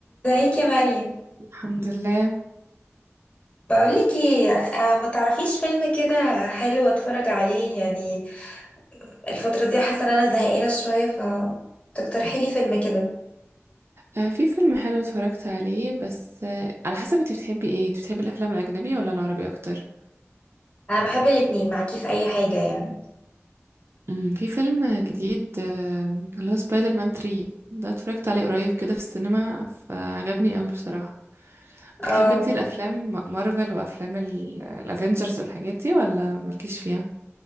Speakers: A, on the left (about 25°); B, on the right (about 60°).
A: ازيك يا مريم
B: الحمد لله
A: بقولك ايه آه، ما تعرفيش فيلم كده حلو اتفرج عليه يعني الفترة دي حاسة ان انا زهقانة شوية ف تقترحي لي فيلم كده
B: آه، في فيلم حلو اتفرجت عليه بس آه، على حسب انت بتحبي ايه انت بتحبي الافلام الاجنبيه ولا العربي اكتر
A: انا بحب الاتنين معاكي في اي حاجة يعني
B: امم في فيلم جديد آه، اللي هو سبايدر مان 3 ده اتفرجت عليه قريب كده في السينما فعجبني قوي بصراحه بتحبي
A: اه
B: انت الافلام مارفل وافلام الافينجرز والحاجات دي ولا مالكيش فيها